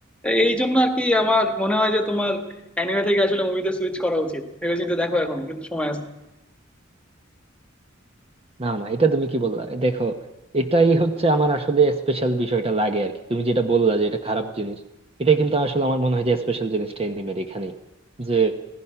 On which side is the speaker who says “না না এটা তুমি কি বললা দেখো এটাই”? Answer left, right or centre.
Right